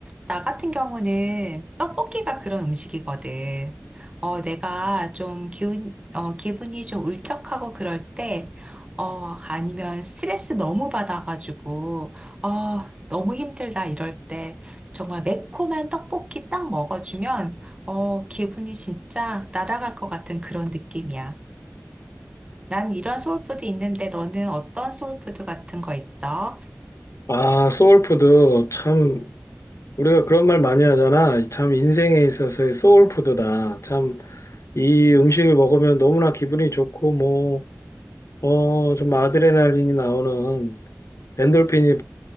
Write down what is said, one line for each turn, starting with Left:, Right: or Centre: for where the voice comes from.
Right: 나 같은 경우는 떡볶이가 그런 음식이거든. 어, 내가 좀 기운, 어, 기분이 좀 울적하고 그럴 때, 어, 아니면 스트레스 너무 받아가지고, 어, 너무 힘들다 이럴 때, 정말 매콤한 떡볶이 딱 먹어주면 어, 기분이 진짜 날아갈 것 같은 그런 느낌이야. 난 이런 소울푸드 있는데 너는 어떤 소울푸드 같은 거 있어?
Left: 아, 소울푸드. 참, 우리가 그런 말 많이 하잖아. 참, 인생에 있어서의 소울푸드다. 참, 이 음식을 먹으면 너무나 기분이 좋고, 뭐, 어, 좀 아드레날린이 나오는, 엔돌핀이